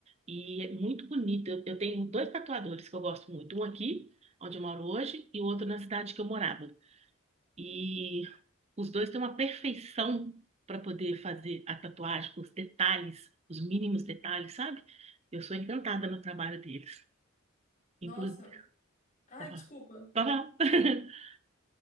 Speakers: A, on the right; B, on the left.
A: E é muito bonita. Eu eu tenho dois tatuadores que eu gosto muito. Um aqui, onde eu moro hoje, e o outro na cidade que eu morava. E os dois têm uma perfeição para poder fazer a tatuagem, os detalhes, os mínimos detalhes, sabe? Eu sou encantada no trabalho deles.
B: Nossa.
A: Inclusive,
B: Ai,
A: opa,
B: desculpa.
A: opa, <laughs>